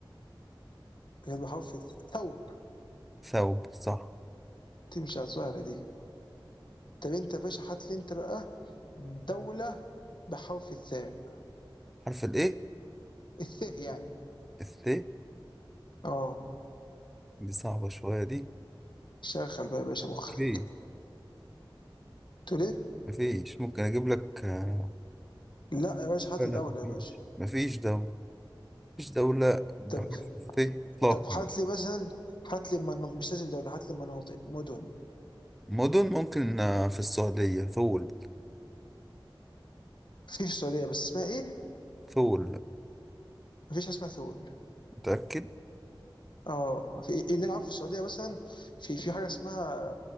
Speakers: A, on the left (about 60°); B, in the centre.
A: كانت بحرف ثوب
B: ثوب صح
A: تمشي على السهله دي طب انت يا باشا هات لي انت بقى دوله بحرف الثاء
B: حرف الايه
A: الثاء يعني
B: الث
A: اه
B: دي صعبة شوية دي
A: شغل بقى يا باشا مخك
B: مفيش
A: تقول ايه
B: مفيش ممكن اجيب لك آه،
A: لا يا باشا هات
B: لا لا
A: لي دوله
B: مفيش
A: يا باشا
B: مفيش دولة مفيش دولة بحرف
A: طب
B: الث اطلاقا
A: طب هات لي مثلا هات لي من... مش لازم دوله هات لي مناطق مدن
B: مدن ممكن آه، في السعودية ثول
A: في في السعوديه بس اسمها ايه؟
B: ثول
A: مفيش حاجه اسمها ثول
B: متأكد
A: اه في إيه اللي انا عارفه في السعوديه مثلا في في حاجه اسمها